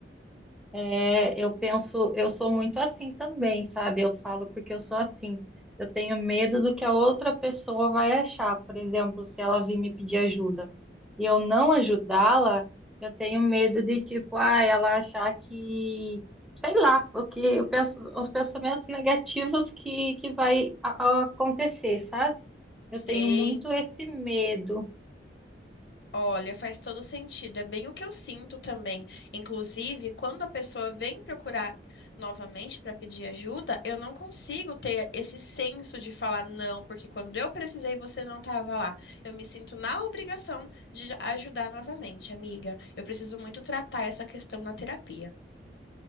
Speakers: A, in the centre; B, on the left.
A: É, eu penso, eu sou muito assim também, sabe? Eu falo porque eu sou assim. Eu tenho medo do que a outra pessoa vai achar, por exemplo, se ela vir me pedir ajuda e eu não ajudá-la, eu tenho medo de tipo, ah, ela achar que, sei lá, porque eu penso, os pensamentos negativos que, que vai a- a- acontecer, sabe?
B: Ser
A: Eu tenho muito esse medo.
B: Olha, faz todo sentido. É bem o que eu sinto também. Inclusive, quando a pessoa vem procurar novamente para pedir ajuda, eu não consigo ter esse senso de falar não, porque quando eu precisei, você não estava lá. Eu me sinto na obrigação de ajudar novamente, amiga. Eu preciso muito tratar essa questão na terapia.